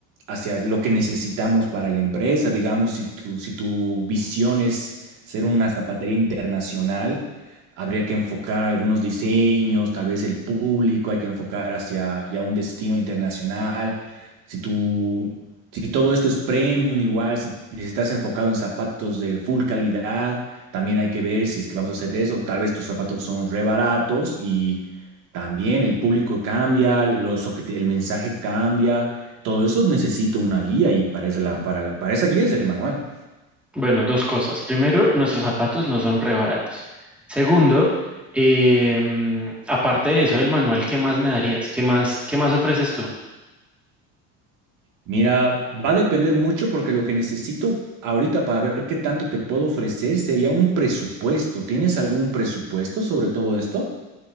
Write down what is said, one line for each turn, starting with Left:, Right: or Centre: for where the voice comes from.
Right: hacia lo que necesitamos para la empresa. Digamos, si tu, si tu visión es ser una zapatería internacional, habría que enfocar algunos diseños, tal vez el público, hay que enfocar hacia ya un destino internacional. Si tú si todo esto es premium, igual, si, si estás enfocado en zapatos de full calidad, también hay que ver si es que vamos a hacer eso. Tal vez tus zapatos son re baratos y también el público cambia, los objeti- el mensaje cambia. Todo eso necesito una guía y para esa, la- para la- para esa guía es el manual.
Centre: Bueno, dos cosas. Primero, nuestros zapatos no son re baratos. Segundo, eh, mm, aparte de eso del manual, ¿qué más me darías? ¿Qué más, qué más ofreces tú?
Right: Mira, va a depender mucho porque lo que necesito ahorita para ver qué tanto te puedo ofrecer sería un presupuesto. ¿Tienes algún presupuesto sobre todo esto